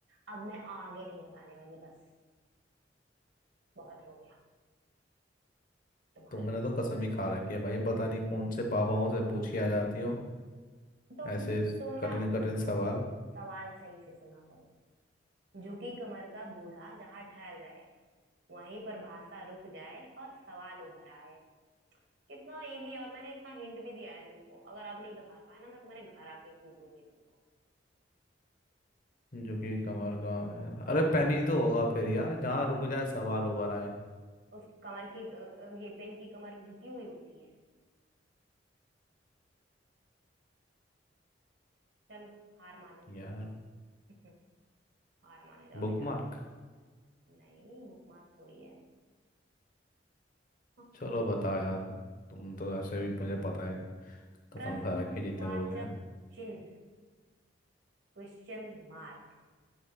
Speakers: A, on the right (about 70°); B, on the left (about 50°).
A: अब मैं आगे नहीं बताने वाली बस बहुत हो गया तुम्हारा
B: तुमने तो कसम ही खा रखी है भाई पता नहीं कौन से बाबाओं से पूछी
A: <laughs>
B: आ जाती हो
A: तुम
B: ऐसे
A: तुम
B: कठिन
A: ना
B: कठिन सवाल
A: सवाल सही से सुना करो झुकी कमर का बूढ़ा जहां ठहर जाए वहीं पर भाषा रुक जाए और सवाल उभर आए कितना इजी है और मैंने इतना हिंट भी दिया है तुमको अगर आप नहीं बता पाए ना मैं तुम्हारे घर आके कूटूंगी तुमको
B: जो कि कमर का है। अरे पेन ही तो होगा फिर यार जहाँ रुक जाए सवाल उभर आए
A: उस कमर की अ, अ, ये पेन की कमर झुकी हुई होती है चलो हार मानो
B: यार
A: <laughs> हार मान जाओ
B: बुक
A: बेटा
B: मार्क
A: नहीं बुक मार थोड़ी है <laughs>
B: चलो बताओ यार तुम तो ऐसे भी मुझे पता है कसम
A: प्रश्नवाचक
B: खा रखी है जितने लोग हैं
A: चिन्ह Question mark